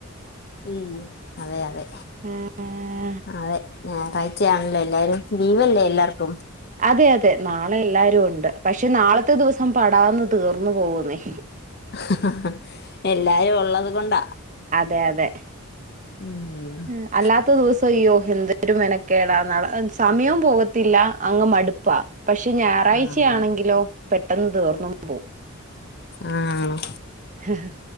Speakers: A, on the left; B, on the right.
A: മ്മ്ഹ് അതെ അതെ
B: ആഹ്ആ ആഹ്
A: അതെ ഞായാഴ്ച ആണല്ലോ എല്ലാരും ലീവ് അല്ലെ എല്ലാർക്കും
B: അതെ അതെ നാളെ എല്ലാരും ഉണ്ട് പക്ഷേ നാളത്താ ദിവസം പാടാന്ന് തീർന്നു പോകുന്നെ
A: ആഹ് ഹാ എല്ലാരും ഉള്ളത് കൊണ്ട
B: അതെ അതെ
A: ഉംഹ്
B: ഉം. അല്ലാത്ത ദിവസം അയ്യോ എന്തൊരു മിനക്കെടാ നാളെ സമയോം പോകത്തില്ല അങ്ങു മടുപ്പാ പക്ഷേ ഞായറാഴ്ച
A: ആഹ്
B: ആണെങ്കിലോ പെ ട്ടെന്ന് തീർന്നും പോവും
A: ആഹ്
B: ഹ് ഹ്